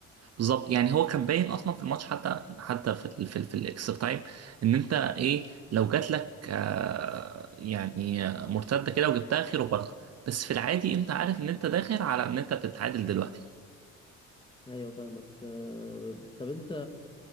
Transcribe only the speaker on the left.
ايوه فاهمك آه، طب انت